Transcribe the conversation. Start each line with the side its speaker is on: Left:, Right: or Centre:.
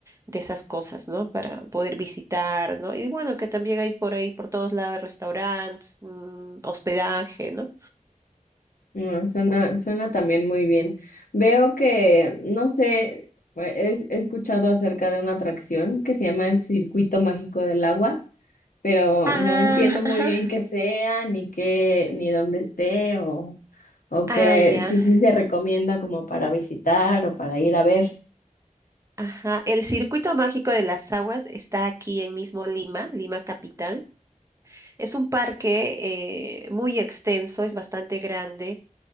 Right: de esas cosas, ¿no? Para poder visitar, ¿no? Y bueno, que también hay por ahí, por todos lados, restaurantes, mm, hospedaje, ¿no?
Left: Mm, suena, suena también muy bien. Veo que, no sé, eh, es- he escuchado acerca de una atracción que se llama el Circuito Mágico del Agua, pero
Right: Ah,
Left: no entiendo muy
Right: ajá.
Left: bien qué sea, ni qué, ni dónde esté, o, o
Right: Ah,
Left: qué,
Right: ya.
Left: si sí se recomienda como para visitar o para ir a ver.
Right: Ajá. El Circuito Mágico de las Aguas está aquí en mismo Lima, Lima Capital. Es un parque eh, muy extenso, es bastante grande.